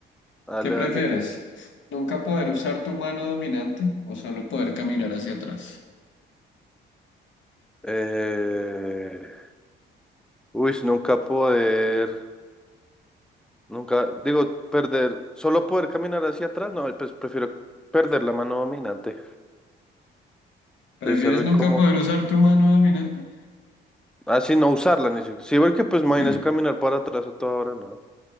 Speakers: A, in the centre; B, on the left.
A: Dale,
B: ¿Qué prefieres?
A: dale.
B: ¿Nunca poder usar tu mano dominante o solo poder caminar hacia atrás?
A: Eh, uy, nunca poder, nunca, digo, perder, solo poder caminar hacia atrás, no, pues prefiero perder la mano dominante.
B: ¿Prefieres
A: Debe ser re
B: nunca
A: incómodo.
B: poder usar tu mano dominante?
A: Así no usarla, ni si, Sí, porque pues imagínese
B: Sí,
A: caminar para atrás a toda hora, no. O